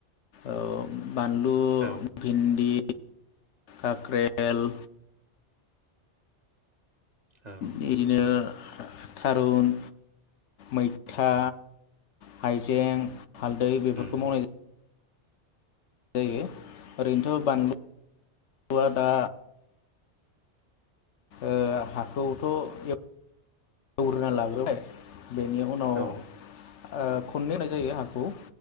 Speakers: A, on the left; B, on the right.
A: ओ बानलु,
B: औ
A: भिन्दि काक्रेल।
B: औ
A: बिदिनो थारुन, मैथा, हाइजें। हालदै बेफोरखौ
B: उम
A: मावनाय जा जायो ओरैनोथ' बानलुआ दा ओ हाखौथ' ए एवग्रोना लाग्रोबाय बेनि उनाव
B: औ
A: ओ खननै होनाय जायो हाखौ